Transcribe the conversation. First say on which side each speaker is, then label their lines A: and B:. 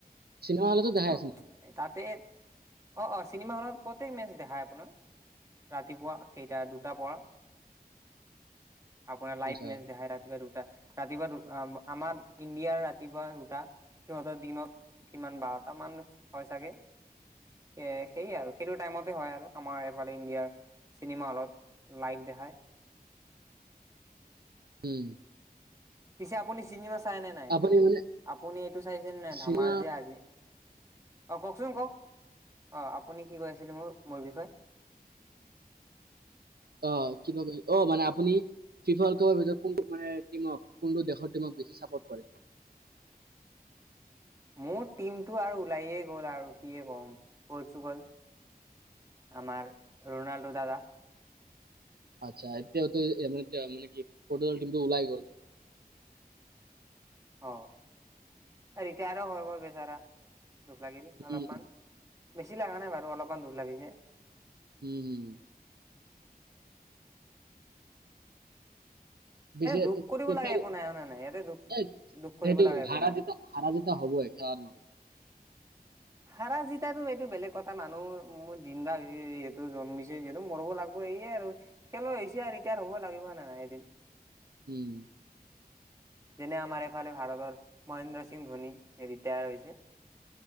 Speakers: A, on the right (about 80°); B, on the right (about 20°).
A: চিনেমা হলতো
B: কিন্তু
A: দেখাই আছে নেকি?
B: তাতে, অ' অ'! চিনেমা হলত প্ৰত্যেক, মেটচ দেখাই আপোনাৰ। ৰাতিপুৱা কেইটা? দুটাৰ পৰা। আপোনাৰ লাইভ
A: আচ্ছা
B: মেটচ দেখাই ৰাতিপুৱা দুটা। ৰাতিপুৱা দু, আ, আমাৰ ইণ্ডিয়াৰ ৰাতিপুৱা দুটা। সিহঁতৰ, দিনত কিমান বাৰটা মান হয় চাগে। এ, সেই আৰু! সেইটো টাইমতে হয় আৰু আমাৰ, এইফালে ইণ্ডিয়াৰ। চিনেমা হলত লাইভ দেখাই।
A: <unintelligible>
B: পিছে, আপুনি চিনেমা চাইনে নাই?
A: আপুনি মানে
B: আপুনি এইটো চাইছেনে নাই?
A: চিনেমা
B: ধামাল যে আজি। অ'! কওঁকচোন, কওঁক? অ'! আপুনি কি কৈ আছিলে, মোৰ, মোৰ বিষয়ে?
A: অ'! কিবা ক'লি? অ'! মানে, আপুনি ফিফা ৱৰ্ল্ড কাপৰ ভিতৰত, কোনটো মানে, টিমক কোনটো দেশৰ টিমক, বেছি চাপৰ্ট কৰে?
B: মোৰ টিমটো আৰু ওলাইয়ে গ'ল আৰু। কিয়ে ক'ম, পৰ্তুগাল! আমাৰ, ৰোনাল্ডো দাদা।
A: আচ্ছা! এতিয়াটো। এ, মানে এতিয়া মানে কি? পৰ্টুগাল টিমটো ওলাই গ'ল।
B: অ'! এ, ৰিটায়াৰো হৈ গ'ল বেচাৰা! দুখ লাগিল
A: উম
B: অলপমান। বেছি লগা নাই বাৰু, অলপমান দুখ লাগিছে।
A: উম, উম! পিছে, এইটো,
B: দুখ কৰিব
A: দুয়োটাৰো?
B: লাগে একো নাই হয়নে নাই ইয়াতে দুখ
A: এ,
B: দুখ কৰিব
A: সেইটো
B: লগা
A: <unintelligible>
B: একো নাই
A: হাৰা- জিকা হ'বই, খেলৰ মতে।
B: হাৰা- জিতাতো এইটো বেলেগ কথা, <unintelligible> জিন্দা <unintelligible> যিহেতু, জন্মিছে যিহেতু, মৰিব লাগিবই এয়ে আৰু। খেলুৱৈ হৈছে আৰু, ৰিটায়াৰ হ'ব লাগিব নাই এদিন।
A: উম!
B: যেনে, আমাৰ এইফালে, ভাৰতৰ মহেন্দ্ৰ সিং ধোনী। এই, ৰিটায়াৰ হৈছে।